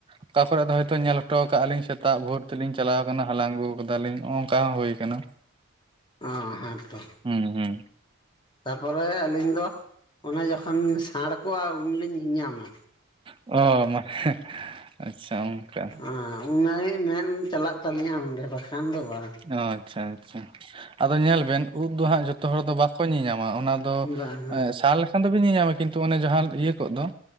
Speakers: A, on the right; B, on the left.
A: ᱚᱠᱟ ᱠᱚᱨᱮ ᱫᱚ ᱦᱚᱭᱛᱚ ᱧᱮᱞ ᱦᱚᱴᱚ ᱟᱠᱟᱜᱼᱟ ᱞᱤᱧ ᱥᱮᱛᱟᱜ ᱵᱷᱳᱨ ᱛᱮᱞᱤᱧ ᱪᱟᱞᱟᱣ ᱟᱠᱟᱱᱟ ᱦᱟᱞᱟᱝ ᱟᱹᱜᱩ ᱟᱠᱟᱫᱟᱞᱤᱧ ᱱᱚᱜ ᱱᱚᱝᱠᱟ ᱦᱚᱸ ᱦᱩᱭ ᱟᱠᱟᱱᱟ᱾
B: ᱚ ᱦᱮᱸ ᱛᱚ
A: ᱦᱩᱸ ᱦᱩᱸ᱾
B: ᱛᱟᱯᱚᱨᱮ ᱟᱹᱞᱤᱧ ᱫᱚ ᱚᱱᱮ ᱡᱚᱠᱷᱚᱱ ᱥᱟᱬ ᱠᱚᱜᱼᱟ ᱩᱱᱞᱤᱧ ᱧᱮᱧᱟᱢᱟ,
A: ᱚ ᱢᱟᱱᱮ ᱟᱪᱪᱷᱟ ᱚᱱᱠᱟᱼᱼ
B: ᱩᱱ ᱩᱱᱤᱡ ᱢᱮᱱ ᱪᱟᱞᱟᱜ ᱛᱟᱹᱟᱞᱤᱧᱟ ᱚᱸᱰᱮ ᱵᱟᱠᱷᱟᱱ ᱫᱚ ᱵᱟᱝ
A: ᱚ ᱟᱪᱪᱷᱟ ᱟᱪᱪᱷᱟ ᱟᱫᱚ ᱧᱮᱞ ᱵᱮᱱ ᱩᱫ ᱫᱚ ᱦᱟᱸᱜ ᱡᱚᱛᱚ ᱡᱚᱛᱚ ᱦᱚᱲ ᱫᱚ ᱵᱟᱠᱚ ᱧᱮᱧᱟᱢᱟ ᱚᱱᱟ ᱫᱚ
B: ᱵᱟᱝ
A: ᱥᱟᱞᱼᱼ ᱟᱱ ᱫᱚᱵᱤᱱ ᱧᱮᱧᱟᱢᱟ ᱠᱤᱱᱛᱩ ᱚᱱᱮ ᱡᱟᱦᱟᱸ ᱤᱭᱟᱹ ᱠᱚᱜ ᱫᱚ